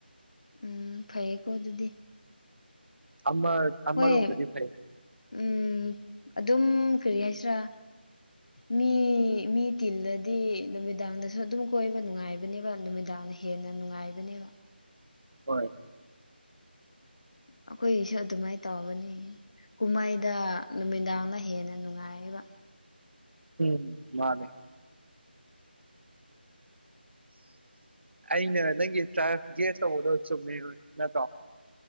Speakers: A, on the left; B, on the right.
A: ꯎꯝ ꯐꯩꯌꯦꯀꯣ ꯑꯗꯨꯗꯤ
B: ꯑꯃ ꯑꯃꯔꯣꯝꯗꯗꯤ
A: ꯍꯣꯏ
B: ꯐꯩ
A: ꯎꯝ ꯑꯗꯨꯝ ꯀꯔꯤ ꯍꯥꯏꯁꯤꯔꯥ ꯃꯤ ꯃꯤ ꯇꯤꯜꯂꯗꯤ ꯅꯨꯃꯤꯗꯥꯡꯗꯁꯨ ꯑꯗꯨꯝ ꯀꯣꯏꯕ ꯅꯨꯡꯉꯥꯏꯕꯅꯦꯕ ꯅꯨꯃꯤꯗꯥꯡꯅ ꯍꯦꯟꯅ ꯅꯨꯡꯉꯥꯏꯕꯅꯦꯕ
B: ꯍꯣꯏ
A: ꯑꯩꯈꯣꯏꯒꯤꯁꯨ ꯑꯗꯨꯃꯥꯏ ꯇꯥꯎꯕꯅꯦ ꯀꯨꯝꯃꯩꯗ ꯅꯨꯃꯤꯗꯥꯡꯅ ꯍꯦꯟꯅ ꯅꯨꯡꯉꯥꯏꯌꯦꯕ
B: ꯎꯝ ꯃꯥꯅꯦ ꯑꯩꯅ ꯅꯪꯒꯤ ꯇ꯭ꯔꯥꯏꯞ ꯒꯦꯁ ꯇꯧꯕꯗꯣ ꯆꯨꯝꯃꯦ ꯅꯠꯇ꯭ꯔꯣ